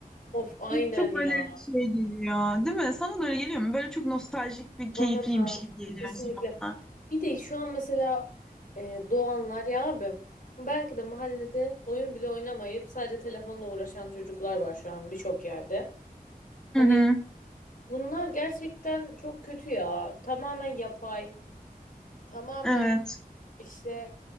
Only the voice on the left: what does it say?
of aynen
ya.
Bana
da
kesinlikle.
Bir de şu an mesela e, doğanlar ya abi belki de mahallede oyun bile oynamayıp sadece telefonla uğraşan çocuklar var şu an birçok yerde. Hani
bunlar gerçekten çok kötü ya. Tamamen yapay. Tamamen
işte